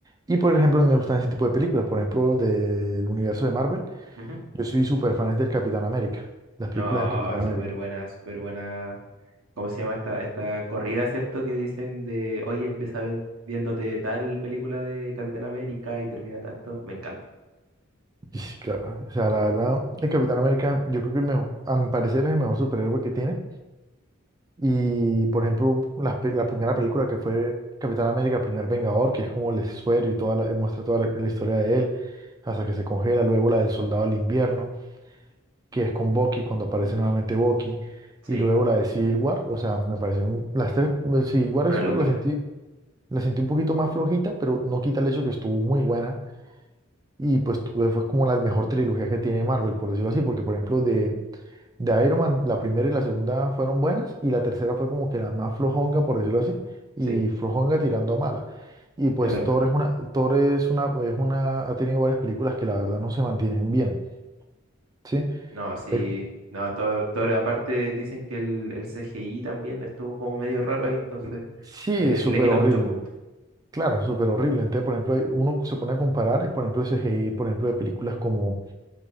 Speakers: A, on the right; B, on the right.
A: Y por ejemplo, me gustan ese tipo de películas. Por ejemplo, del universo de Marvel.
B: Ujú.
A: Yo soy súper fan del Capitán América. Las
B: No,
A: películas de Capitán América.
B: súper buena, súper buena ¿cómo se llama esta, esta corrida, cierto? Que dicen de, oye, empieza ven- viéndote tal película de Capitán América y termina tanto. Me encanta.
A: Y sí, claro, o sea, la verdad, el Capitán América, yo creo que el mejo- a mi parecer es el mejor superhéroe que tiene. Y por ejemplo, la, la primera película que fue Capitán América, el primer Vengador, que es como el suero y toda la, muestra toda la la historia de él, hasta que se congela, luego la del Soldado del Invierno. que es con Bucky, cuando aparece nuevamente Bucky,
B: Sí,
A: y luego la de Civil War, o sea, me parecieron las tres, eh, Civil War
B: una
A: estuvo,
B: locura.
A: la sentí, la sentí un poquito más flojita, pero no quita el hecho que estuvo muy buena, y pues tu- fue como la mejor trilogía que tiene Marvel, por decirlo así, porque por ejemplo de, de Iron Man, la primera y la segunda fueron buenas, y la tercera fue como que la más flojonga, por decirlo así, y
B: Sí,
A: flojonga tirando a mala. Y pues
B: es verdad.
A: Thor es una, Thor es una, es una, ha tenido varias películas que la verdad no se mantienen bien, ¿sí?
B: No, sí.
A: Es-
B: No, Thor, Thor, aparte dicen que el, el CGI también estuvo como medio raro ahí, entonces
A: Sí, es
B: eh,
A: súper
B: le quito
A: horrible.
B: muchos puntos.
A: Claro, súper horrible. Entonces, por ejemplo, uno se pone a comparar, y, por ejemplo, el CGI, por ejemplo, de películas como,